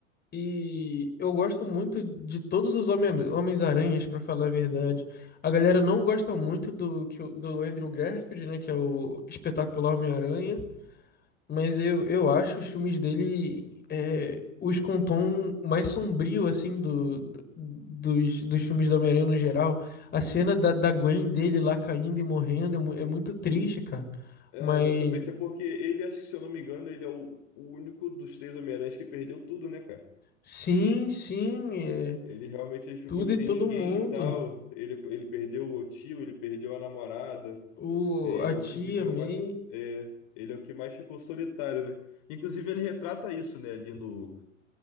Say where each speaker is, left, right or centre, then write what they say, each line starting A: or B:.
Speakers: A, on the left; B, on the left.
A: E eu gosto muito de todos os Homem- Homens-Aranhas, pra falar a verdade. A galera não gosta muito do, que o- do Andrew Garfield, né? Que é o espetacular Homem-Aranha. Mas eu, eu acho os filmes dele é, os com um tom mais sombrio, assim, do, do- dos, dos filmes do Homem-Aranha no geral. A cena da, da Gwen dele lá caindo e morrendo é, mu- é muito triste, cara.
B: É,
A: Mas
B: exatamente. É porque ele, acho que se eu não me engano, ele é o, o único dos três Homem-Aranhas que perdeu tudo, né, cara?
A: sim, sim, é
B: Ele realmente ele ficou
A: tudo
B: sem
A: e todo
B: ninguém
A: mundo.
B: e tal. Ele, ele perdeu o tio, ele perdeu a namorada,
A: O,
B: né? Ele
A: a tia
B: é o que viveu
A: May.
B: mais. é, ele é o que mais ficou solitário, né? Inclusive, ele retrata isso, né, ali no,